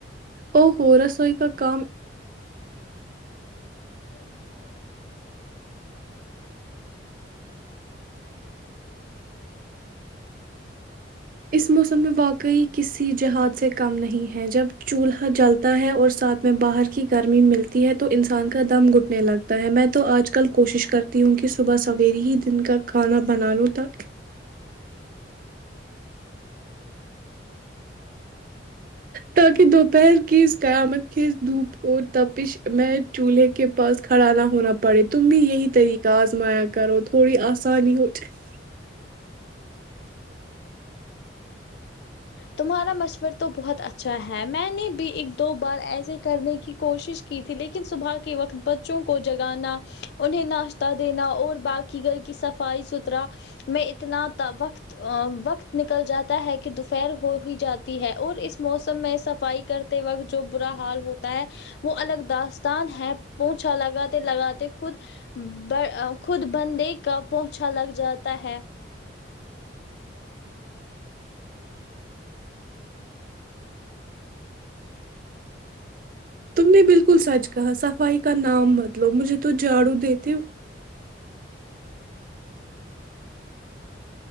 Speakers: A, on the right; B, on the left.
A: او ہو رسوئی کا کام
B: <unintelligible>
A: اس موسم میں واقعی کسی جہاد سے کم نہیں ہے جب چولہا جل تا ہے اور ساتھ میں باہر کی گرمی ملتی ہے تو انسان کا دم گھٹنے لگتا وتا ہے میں تو اج کل کوشش کرتی ہوں کہ صبح سویرے ہی دن کا کھانا بنا لو تک تاکہ دوپہر کی اس قیامت کی دھوپ اور تپش میں چولہے کے پاس کھڑا نہ ہونا پڑے تم بھی یہی طریقہ آزمایا کرو تھوڑی آسانی ہو جائے
B: تمہارا مشور تو بہت اچھا ہے میں نے بھی ایک دو بار ایسے کرنے کی کوشش کی تھی لیکن صبح کے وقت بچوں کو جگانا انہیں ناشتہ دینا اور باقی گھر کی صفائی ستھرا میں اتنا تا وقت وقت نکل جاتا ہے کہ دو پہر ہو ہی جاتی ہے اور اس موسم میں صفائی کرتے وقت جو برا حال ہوتا ہے وہ الگ داستان ہے پوچھا لگاتے لگاتے خود بر خود بندے کا پونچا لگ جاتا ہے
A: تم نے بالکل سچ کہا صفائی کا نام مت لو مجھے تو جھاڑو دیتے